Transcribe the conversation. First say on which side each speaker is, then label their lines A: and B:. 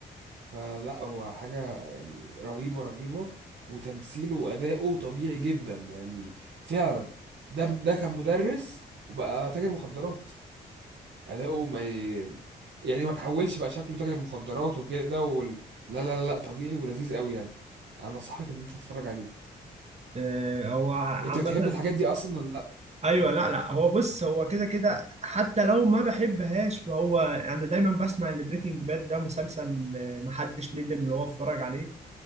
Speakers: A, on the right; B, on the right.
A: فلا هو حاجة يعني رهيبة رهيبة وتمثيله وأداؤه طبيعي جدا يعني فعلا ده ده كان مدرس وبقى تاجر مخدرات أداؤه ما ي- يعني ما تحولش بقى شكله تاجر مخدرات وكده وال... لا لا لا لا، طبيعي ولذيذ قوي يعني انا انصحك ان انت تتفرج عليه
B: آه هو عامة
A: انت بتحب الحاجات دي اصلا ولا لا
B: ايوه لا لا هو بص هو كده كده حتى لو ما بحبهاش فهو انا دايما بسمع ان بريكنج باد ده مسلسل آه، محدش ندم اللي هو اتفرج عليه